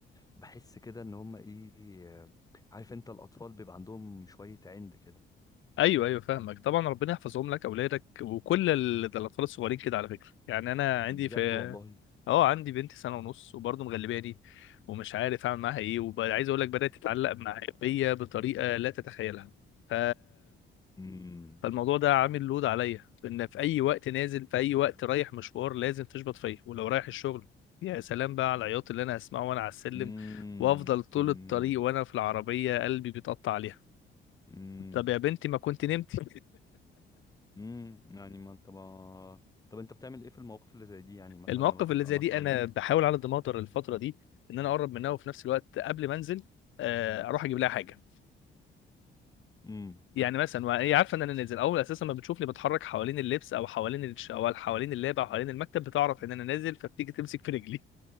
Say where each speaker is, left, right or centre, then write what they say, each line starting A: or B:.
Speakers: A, on the left; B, on the left.
A: بحس كده ان هما ايه آه، عارف انت الاطفال بيبقى عندهم شوية عند كده
B: ايوه ايوه فاهمك طبعا ربنا يحفظهم لك اولادك وكل ال- ده الاطفال الصغيرين كده على فكره يعني انا عندي
A: بجد
B: في
A: والله
B: اه عندي بنتي سنه ونص وبرضه مغلباني ومش عارف اعمل معاها ايه وعايز اقول لك بدات تتعلق مع- بيا بطريقه لا تتخيلها ف
A: امم
B: فالموضوع ده عامل لود عليا ان في اي وقت نازل في اي وقت رايح مشوار لازم تشبط فيا ولو رايح الشغل يا سلام بقى على العياط اللي انا هسمعه وانا على السلم
A: امم
B: وافضل طول
A: امم
B: الطريق وانا في العربيه قلبي بيتقطع عليها
A: امم
B: طب يا بنتي ما كنت نمتي
A: امم يعني ما انت ما طب انت بتعمل ايه في المواقف اللي زي دي يعني مثلا
B: المواقف
A: لما تبقى
B: اللي زي
A: مثلا
B: دي انا بحاول على قد ما اقدر الفتره دي ان انا اقرب منها وفي نفس الوقت قبل ما انزل آه، اروح اجيب لها حاجه
A: مم.
B: يعني مثلا وهي عارفه ان انا نازل اول اساسا ما بتشوفني بتحرك حوالين اللبس او حوالين الش... او حوالين اللاب او حوالين المكتب بتعرف ان انا نازل فبتيجي تمسك في رجلي